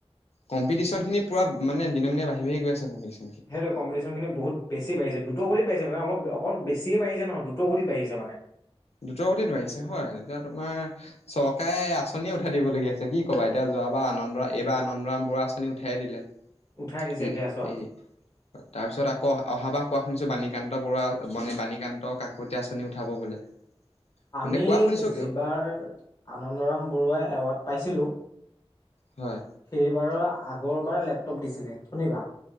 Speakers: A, on the left; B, on the left.
A: কম্পিটিচনখিনি পূৰা মানে দিনক দিনে বাঢ়ি বাঢ়ি গৈ আছে কম্পিটিচন
B: সেইটোৱে কম্পিটিচন <unintelligible> ‌ বহুত বেছি বাঢিছে দ্ৰুত গতিত বাঢ়িছে মানে অলপ অকল বেছিয়েই বাঢ়িছে নহয় দ্ৰুত গতিত বাঢ়িছে মানে
A: দ্ৰুতগতিত বাঢ়িছে হয় এতিয়া তোমাৰ চৰকাৰে আঁচনিয়েই উঠাই দিবলগীয়া হৈছে কি কবা এতিয়া যোৱাবাৰ আনন্দ এইবাৰ আনন্দৰাম বৰুৱা আঁচনি উঠায়ে দিলে
B: উঠাই দিছে
A: এ
B: সেই আঁচোৱা।
A: এই তাৰপিছত আকৌ অহাবাৰ কোৱা শুনিছো বাণীকান্ত বৰুৱা বাণীকান্ত কাকতি আঁচনি উঠাব বোলে
B: আমি
A: মানে কোৱা শুনিছো
B: যিবাৰ আনন্দৰাম বৰুৱা এৱাৰ্ড পাইছিলোঁ
A: হয়
B: সেইবাৰৰ আগৰবাৰ লেপটপ দিছিলে শুনিবা